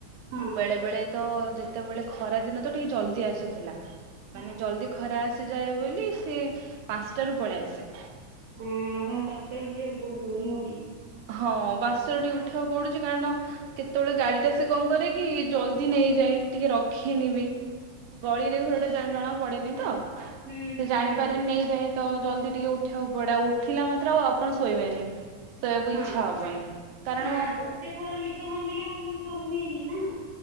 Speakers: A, on the right (about 60°); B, on the right (about 80°).
A: ହଁ
B: ଆଉ ବେଳେ ବେଳେ ତ ଯେତେବେଳେ ଖରା ଦିନ ତ ଟିକେ ଜଲଦି ଆସୁଥିଲା।
A: ହଁ
B: ମାନେ ଜଲ୍ଦି ଖରା ଆସିଯାଏ ବୋଲି ସିଏ ପାଞ୍ଚଟାରୁ ପଳେଇ ଆସେ।
A: ହଁ ଆପଣଙ୍କୁ ପାଞ୍ଚଟାରୁ ଉଠିବାକୁ ପଡୁଥିବ ନୁହଁ କି?
B: ହଁ ପାଞ୍ଚଟା ରେ ଟିକେ ଉଠିବାକୁ ପଡୁଛି କାରଣ କେତେବେଳେ ଗାଡି ଟା ସେ କଣ କରେ କି ଜଲଦି ନେଇଯାଏ। ଯାଏ ଟିକେ ରଖେନି ବି ଗଳିରେ ଘର ଟା ଜ ଜଣା ପଡେନି ତ
A: ହୁଁ
B: ସେ
A: ହୁଁ
B: ଜାଣିପାରେନି
A: ହୁଁ
B: ନେଇ ଯାଏ ତ ଜଲ୍ଦି ଟିକେ ଉଠିବାକୁ ପଡେ ଆଉ ଉଠିଲା ମାତ୍ରେ ଆଉ ଆପଣ ଶୋଇବେନି। ଶୋଇବାକୁ
A: ହଁ
B: ଇଚ୍ଛା ହବନି କାରଣ
A: ନା ଗୋଟେ ଥର ନିଦ ଭାଙ୍ଗିଲେ ଆଉ ନିଦ ହୁଏନି ନା।